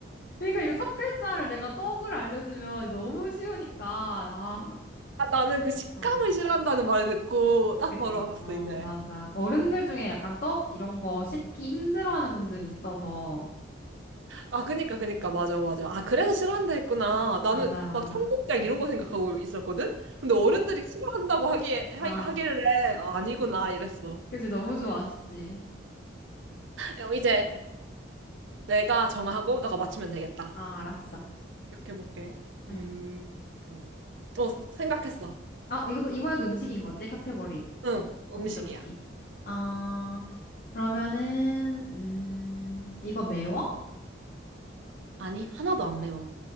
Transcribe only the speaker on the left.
그러니까 이거 첫 글자를 내가 떡을 알려주면 너무 쉬우니까,
아.
그지?
어,
맞아. 어른들 중에 약간 떡 이런 거 씹기 힘들어하는 분들이 있어서.
음.
맞아, 맞아.
아,
그지? 너무 좋아하시지.
아, 알았어.
응.
아, 이거, 이번에도 음식인 거지? 카테고리.
오케이,
오케이. 아, 그러면은, 음, 이거 매워?